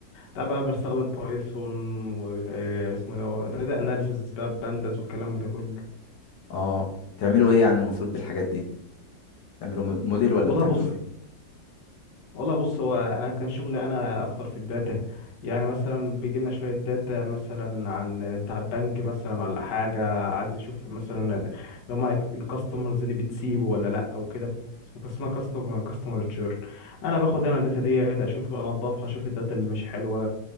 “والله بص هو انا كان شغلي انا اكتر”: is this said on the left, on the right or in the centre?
Left